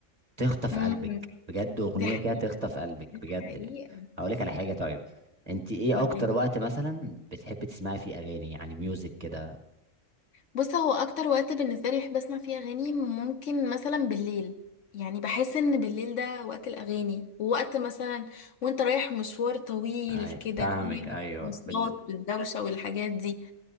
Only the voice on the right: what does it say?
تخطف
قلبك بجد اغنيه
كده تخطف قلبك
بجد
يعني اقول لك على حاجه طيب انت ايه
اكتر وقت مثلا بتحبي تسمعي فيه اغاني يعني ميوزك كده
ايوه
فاهمك
ايوه
بال...